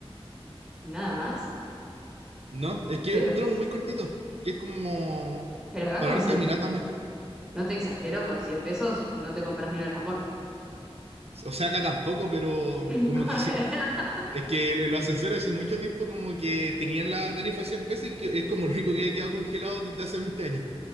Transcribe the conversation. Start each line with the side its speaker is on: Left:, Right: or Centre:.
Centre: nada más.
Right: No, es que
Centre: Pero,
Right: es un tramo muy cortito, que es como
Centre: pero acá
Right: para
Centre: con
Right: dar
Centre: 100,
Right: caminatas más.
Centre: no te exagero, con 100 pesos no te compras ni un alfajor.
Right: O sea, acá tampoco, pero
Centre: <laughs>
Right: como que sí. Es que el- el ascensor hace mucho tiempo como que tenían la tarifa de 100 pesos y que es como lo único que ha quedado congelado desde hace 20 años.